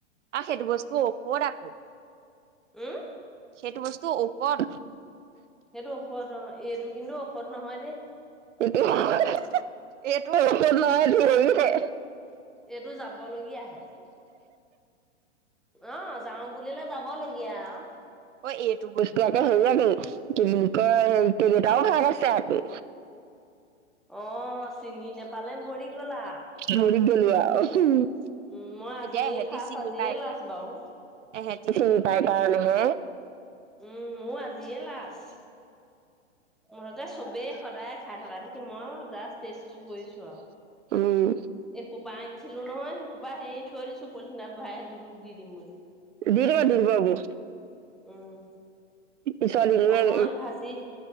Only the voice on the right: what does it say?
আৰু সেইটো বস্তু ঔষধ আকৌ।
সেইটো বস্তু ঔষধ।
তাকে হেঁ! হেঁ! হেঁ! এইটো ঔষধ নহয়, এইটো হেৰিহে
অ' এইটো বস্তু আকৌ, হেৰি আকৌ, কি বুলি কয়, কেইবাটাও ভাগ আছে আকৌ।
মৰি <unintelligible>
এতিয়া
এহেঁতি
চিনি
পায়
এহেঁতি চিনি পাই কাৰণে হে।
উম,
দি দিব, দি দিব বৌ।
পিছৰ <unintelligible>